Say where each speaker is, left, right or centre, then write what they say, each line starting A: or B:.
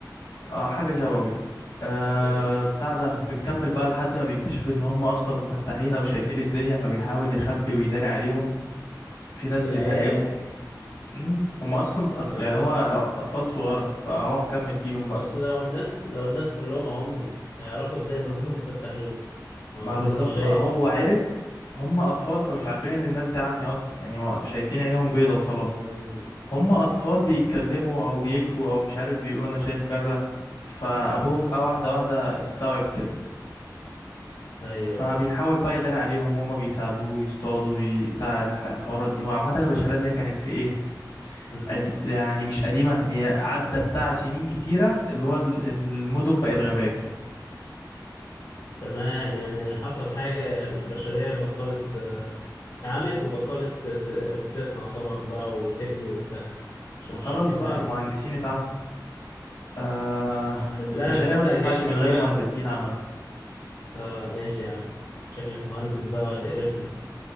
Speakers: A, on the left; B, on the left.
A: أه حاجة شبه كده أه
B: اه
A: بتاع ده بتكمل بقى لحد ما بيكتشف إن هما أصلا مفتحين أو شايفين الدنيا فبيحاول يخبي ويداري عليهم في ناس
B: العيال
A: بتهاجمهم مم، هم اصلا أطف...
B: اه
A: يعني هو لو- اطفال صغيره فهو مكمل بيهم بقى
B: اصل لو الناس لو الناس كلهم عمي هيعرفوا ازاي ان
A: ف-
B: دول <laughs> مفتحين ما
A: ما
B: هو كله
A: بالظبط
B: مش شايف
A: بقى هو
B: اصلا
A: عرف هم اطفال فمش عارفين ان الناس دي عمية اصلا يعني هو شايفين عينهم بيضة وخلاص
B: امم
A: هم اطفال بيتكلموا او بيجروا او مش عارف بيقولوا انا شايف كذا فابوهم
B: اه
A: بقى واحدة واحدة استوعب كده
B: ايوه
A: فبيحاول
B: ايوه
A: بقى يداري عليهم هم بيساعدوه يصطادوا ي- بتاع الح- الحوارات دي هو عامة البشرية اللي هي كانت في ايه
B: مم.
A: أدي... يعني مش قديمة هي عدى بتاع سنين كتيرة اللي هو ال- المدن بقت غابات
B: تمام يعني حصل حاجة البشرية بطلت آه، اتعمت وبطلت ت- ت- تصنع طبعا بقى وتبني وبتاع عشان
A: ما
B: مش
A: خلاص
B: شايفين
A: بقى
B: حاجة
A: المهندسين اتعموا آه...
B: <laughs> لا
A: البشرية
B: تصدق
A: ما تنفعش
B: جامدة
A: من غير
B: جامدة
A: مهندسين عامة
B: اه ماشي يا عم شكلك مهندس
A: ال-
B: بقى وهتقرفنا